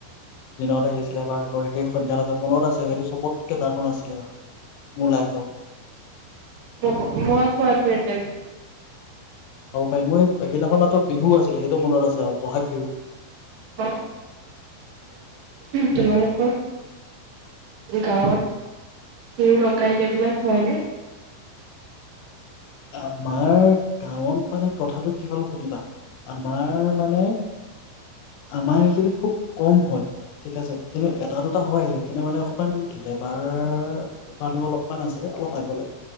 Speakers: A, on the left (about 85°); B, on the right (about 70°).
A: দিনত আহিছিল এবাৰ আকৌ সেই সন্ধিয়া লগা মনত আছে সেইটো চবতকে দা অ আছিলে, অ মোৰ লাইফৰ
B: হব ময় কোৱা টোয়ে
A: হ'ব পাৰে। মই সেইদিনাখন মাত্ৰ বিহু আছিলে। সেইটো মনত আছে আৰু বহাগ বিহু।
B: অ তোমালোক গাঁৱত চুৰ ডকাইতি এইবিলাক হয় নে?
A: আমাৰ গাঁৱত মানে কথাটো কি হ'ল সুধিবা, আমাৰ মানে আমাৰ সেইখিনি খুব কম হয় ঠিক আছে কিন্তু এটা দুটা হয়, সেইখিনি মানে অকমান লেবাৰ মানুহ অলপমান আছে অলপ আগলৈ